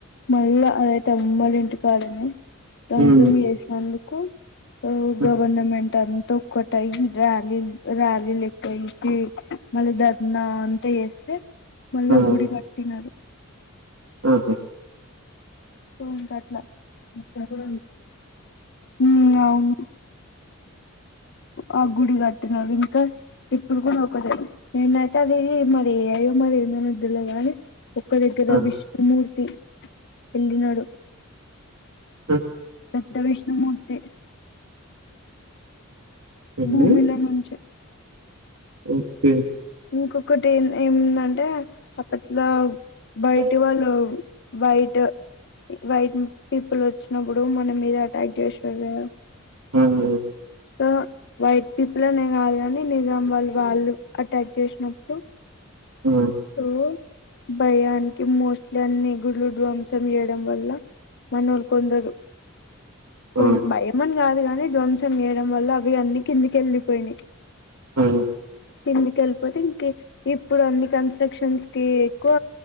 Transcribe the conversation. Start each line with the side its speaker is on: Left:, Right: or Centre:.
Left: మళ్ళా అదైతే అమ్మడి ఇంటి కాడనే. ధ్వంసం
Right: హ్మ్.
Left: చేసినందు కు ఓ
Right: హ్మ్.
Left: గవర్నమెంట్ అం <unintelligible> తొక్కటాయి ర్యాలీలు ర్యాలీలు ఎక్కువయ్యి మళ్ళీ ధర్నా అంతా చేస్తే. మళ్ళ
Right: ఆ!
Left: గుడి కట్టినరు
Right: ఆహా.
Left: ఫోన్ కాట్లా. ఇక్కడ కూడా లేదు ఉమ్ అవును ఆ గుడి కట్టిన ఇంకా ఇప్పుడు కూడా ఒకద నేనైతే అది మరి ఏయయో మరి ఏందో తెలీదుగానీ ఒక్క దగ్గర
Right: ఆ!
Left: విష్ణుమూర్తి. తి. వెళ్ళినాడు.
Right: ఆహ్.
Left: పెద్ద విష్ణుమూర్తి.
Right: ఎళ్ళి
Left: భూమిలో నుంచే.
Right: ఓకే.
Left: ఇంకొకటి ఏం ఏందండి. అట్లా బయటి
Right: ఆ!
Left: వాళ్ళు బైట్. వైట్ పీపుల్ వచ్చినప్పుడు మన మీద అటాక్ చేసారు
Right: అవును
Left: ో వైట్ పీపుల్నే కాదు కానీ నిజామా వాళ్ళు వాళ్ళు అ ట్యాక్ చేసినప్పుడు
Right: ఆ!
Left: ఓ భయానికి మోస్ట్లీ అన్ని గుళ్లు ధ్వంసం చేయడం మనోళ్లుకొందరు కొ
Right: ఆ!
Left: భయంమని కాదు కానీ ధ్వంసం చేయడం వల్ల అవి అన్ని కిందికి వెళ్ళిపోయినాయి
Right: ఆ
Left: కిందుక వెళ్ళిపోతే ఇంక ఇప్పుడు అన్ని క సెక్షన్స్ కి ఎక్కువ